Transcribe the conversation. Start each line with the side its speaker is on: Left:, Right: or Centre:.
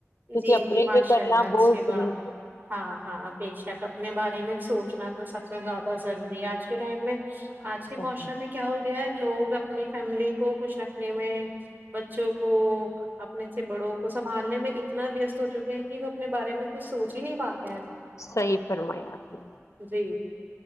Left: کیونکہ
Right: جی
Left: اپنے
Right: جی ماشاء
Left: لیے کرنا
Right: اللہ اچھی
Left: بہت
Right: بات
Left: ضروری
Right: ہے ہاں ہاں بے شک اپنے بارے میں سوچنا تو سب سے زیادہ ضروری ہے آج کے ٹائم میں آج
Left: ہے.
Right: کے موسم میں کیا ہو لوگ اپنی فیملی کو خوش رکھنے میں بچوں کو اپنے سے بڑوں کو سنبھالنے میں اتنا ویست ہو چکے ہیں کہ وہ اپنے بارے میں کچھ سوچ ہی نہیں پاتے ہیں
Left: صحیح فرمایا آپ نے
Right: جی